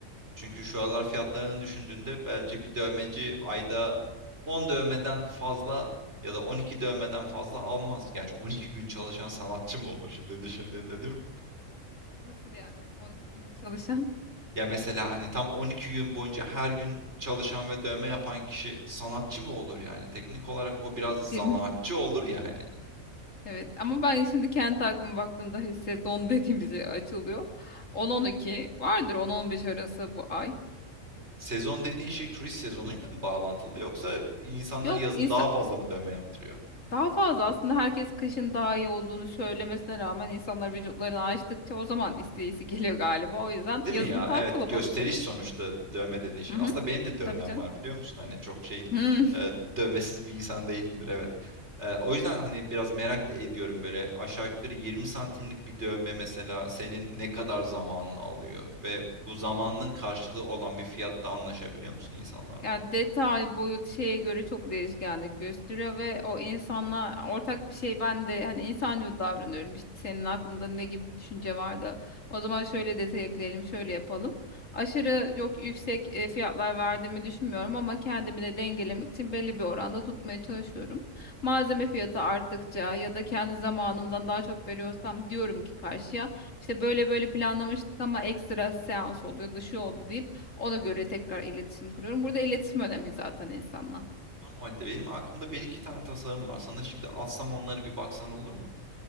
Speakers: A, on the right (about 55°); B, on the left (about 70°).
A: Çünkü şu aralar fiyatlarını düşündüğünde bence bir dövmeci ayda 10 dövmeden fazla ya da 12 dövmeden fazla almaz. Gerçi 12 gün çalışan sanatçı mı olur şimdi düşündüğünde değil mi?
B: nasıl yani 12 gün çalışan
A: Ya mesela hani tam 12 gün boyunca her gün çalışan ve dövme yapan kişi sanatçı mı olur yani? Teknik olarak o biraz
B: <laughs>
A: zanaatçı
B: film
A: olur ya hani.
B: Evet ama ben şimdi kendi aklıma baktığımda hani sezon <laughs> dediğimiz şey açılıyor. 10-12 vardır 10-15 arası bu ay.
A: Sezon dediğin şey turist sezonuyla mı bağlantılı yoksa insanlar
B: Yok
A: yazın
B: insan,
A: daha fazla mı dövme yaptırıyor?
B: daha fazla aslında herkes kışın daha iyi olduğunu söylemesine rağmen insanlar vücutlarını açtıkça o zaman isteği geliyor galiba. O yüzden
A: Değil
B: yazın
A: mi ya?
B: daha
A: Evet,
B: kalabalık
A: gösteriş
B: oluyor.
A: sonuçta dövme dediğin şey.
B: Hı hı,
A: Aslında benim de dövmem
B: tabii canım.
A: var biliyor musun? Hani çok şey
B: Hı.
A: e, dövmesiz bir insan değilimdir evet. E, o yüzden hani biraz merak da ediyorum böyle aşağı yukarı 20 santimlik bir dövme mesela senin ne kadar zamanını alıyor ve bu zamanın karşılığı olan bir fiyatta anlaşabiliyor musun insanlarla?
B: Yani detay, boyut şeye göre çok değişkenlik gösteriyor ve o insanla ortak bir şey ben de hani insancıl davranıyorum işte senin aklında ne gibi bir düşünce var da o zaman şöyle detay ekleyelim şöyle yapalım. Aşırı çok yüksek e, fiyatlar verdiğimi düşünmüyorum ama kendimi de dengelemek için belli bir oranda tutmaya çalışıyorum. Malzeme
A: Hı hı.
B: fiyatı arttıkça ya da kendi zamanımdan daha çok veriyorsam diyorum ki karşıya işte böyle böyle planlamıştık ama ekstra seans oluyordu şu oldu deyip ona göre tekrar iletişim kuruyorum. Burada iletişim önemli zaten insanla.
A: Tamam o halde benim aklımda bir iki tane tasarım var. Sana şimdi atsam onları bir baksan olur mu?